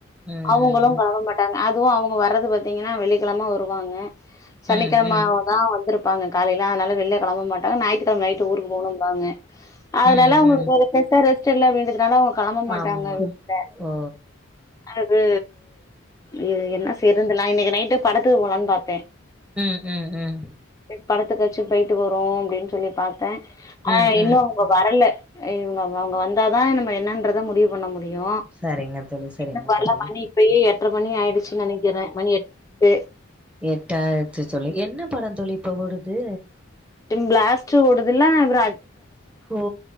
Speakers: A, in the centre; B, on the left (about 15°).
A: ம்.
B: அவுங்களு களம்பமாட் டாங்க அதுவு அவுங்க வர்றது பாத்தீங்கன்னா வெள்ளிக்கெழம வருவாங்க சனிக்கெழம
A: ம். ம்.
B: தா வந்துருப்பங்க காலையில அனால வெள்ள கெளம்ப மாட்டாங்க ஞாயித்துகெழம நைட்டு ஊருக்கு போனும்பாங்க அதனால
A: ம்.
B: அவுங்களுக்கு
A: ம்.
B: ஒரு ஃபெர்ஸா ரெஸ்டெல்ல வேஞ்சதுனால அவுங் களம்ப மாட்டாங்க
A: ஆமா.
B: வெளில
A: ஓ!
B: அது இது என்ன செய்றதுன் தெர்ல இன்னைக்கு நைட்டு படத்துக்கு போலான் பாத்தே
A: ம் ம் ம்
B: செரி படத்துக்காச்சு போயிட்டு வருவோ அப்டின் சொல்லி பாத்தே ஆனா
A: ம்.
B: இன்னு
A: ம்.
B: அவுங்க வரல அ இவுங்க அவுங்க வந்தாதா நம்ம என்னன்றத முடிவு பண்ண முடியு
A: சரிங்க தோழி சரிங்க
B: இன்னு வரல
A: தோழி
B: மணி இப்பயே எட்ர மணி ஆயிடுச்சு நெனைக்கிறே மணி எட்டு
A: எட்டாய்ட்ச்சு தோழி என்ன படோ தோழி இப்ப ஓடுது
B: பிளாஸ்ட்டு ஓடுதுல்ல அப்பற
A: ஓ